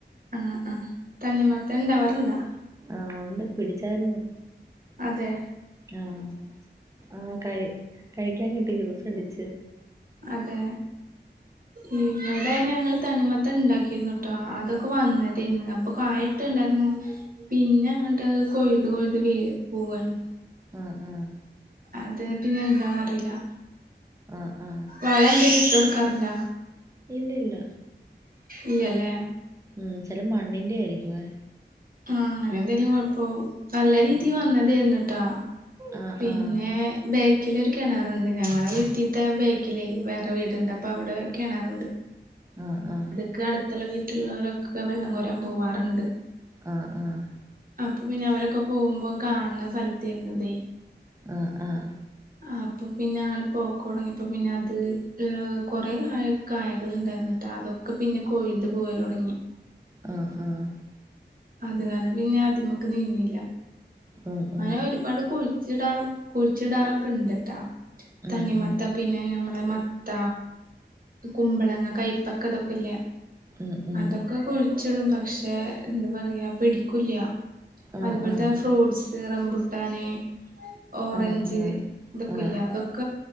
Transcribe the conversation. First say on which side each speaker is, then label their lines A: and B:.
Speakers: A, on the right (about 50°); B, on the right (about 15°).
A: ആഹ് ആഹ് തണ്ണി മത്തൻ ഇണ്ടാവാറുണ്ടോ?
B: ആഹ് ഉണ്ട് പിടിച്ചായിരുന്നു.
A: അതേ
B: ആഹ് ആഹ് കഴി കഴിക്കാൻ കിട്ടി ജ്യൂസ് അടിച്ചു.
A: അതെ ഇവിടെ ഞങ്ങള് തണ്ണിമത്തൻ ഉണ്ടാക്കിരുന്നുട്ടോ. അതൊക്കെ വന്നതേനു അപ്പൊ കായൊട്ട് ഇണ്ടായിരുന്നു. പിന്നങ്ങട്ട് അഹ് കൊഴുത് കൊഴുത് വീഴു പോവാണ്.
B: ആഹ് ആഹ്
A: അത് പിന്നെന്താന്നറിയില്ല.
B: ആഹ് ആഹ്
A: വളം എന്തേലും ഇട്ട്കൊടുക്കാറുണ്ടോ?
B: ഇല്ലില്ല.
A: ഇല്ല ല്ലേ.
B: ഉം, ചെല മണ്ണിന്റെ ആയിരിക്കുല്ലേ.
A: ആഹ് അങ്ങനെന്തേലും കൊഴപ്പാവും. നല്ല രീതീ
B: ആ
A: വന്നതായിരുന്നുട്ടാ.
B: ആ
A: പിന്നെ,
B: ആ
A: ബേക്കിൽ ഒരു കെണറൊണ്ട്. ഞങ്ങടെ വീട്ടിലത്തെ ബേക്കിലേ വേറെ വീടുണ്ട്. അപ്പ, വിടെ കെണറുണ്ട്.
B: ആഹ്, ആഹ്
A: ക്ക, അടുത്തുള്ള വീട്ടിലുള്ളവരൊക്കെ വെള്ളം കോരാൻ പോവാറുണ്ട്.
B: ആഹ്, ആഹ്
A: അപ്പൊ, പിന്നെ അവരൊക്കെ പോകുമ്പോ, കാണ് ണ സ്ഥലത്തായിരുന്നതെ.
B: ആഹ്, ആഹ്
A: ആഹ് അപ്പോൾ, പിന്നെ അങ്ങനെ പോക്ക തുടങ്ങിയപ്പോൾ പിന്നെ അത് കുറേ കായ കായകൾണ്ടായിരുന്ന കേട്ടോ അതൊക്കെ ഒക്ക, പിന്നെ കോഴീ്ത് പോകൽ തുടങ്ങി.
B: ആഹ്, ആഹ്
A: അത് കാരണം പിന്നെ ആദ്മക്ക് നിന്നില്ല.
B: ഉം
A: അങ്ങനെ
B: ഉം
A: ഒരുപാട് കുഴിച്ചിടാണ്. കുഴിച്ചിടാറൊക്കെ ഇണ്ട്ട്ടാ.
B: ഉം
A: തണ്ണിമത്ത
B: ഉം
A: പിന്നെ നമ്മളെ മത്ത കുമ്പളങ്ങ കൈപ്പക്ക അതൊക്കെല്ലേ?
B: ഉം ഉം
A: അതൊക്കെ കുഴിച്ചിടും, പക്ഷെ എന്താ പറയാ, പിടിക്കു ല.
B: ആ
A: അതുപോലെ
B: ആ
A: തന്നെ ഫ്രൂട്ട്സ് റംമ്പുട്ടന് ഓറഞ്ച്
B: ആ ആ ആ
A: ഇതൊക്കെല്ലേ,
B: ആ
A: അതൊക്ക